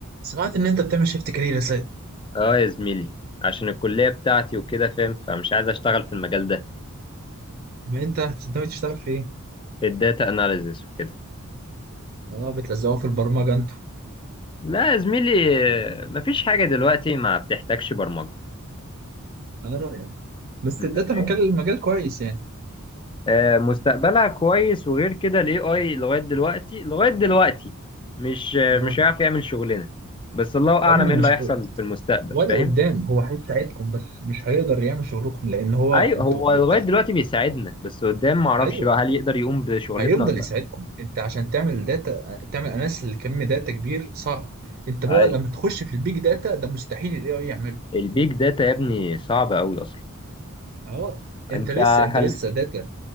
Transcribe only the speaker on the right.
سمعت ان انت بتعمل شيفت كارير يا سيد
ما انت ناوي تشتغل في ايه
اه بتلزقوا في البرمجه انتوا
انا رايك بس
الداتا
مجال مجال كويس يعني
اه
يا ابني
مش
هو
ولا
قدام هو هيساعدكم بس مش هيقدر يعمل شغلكم لان هو
انتوا
بتاع
ايوه
هيفضل
يساعدكم انت عشان تعمل داتا تعمل اناليسيس لكم داتا كبير صعب انت بقى
لما تخش في البيج داتا ده مستحيل الاي اي يعمله
اه انت
لسه انت
لسه داتا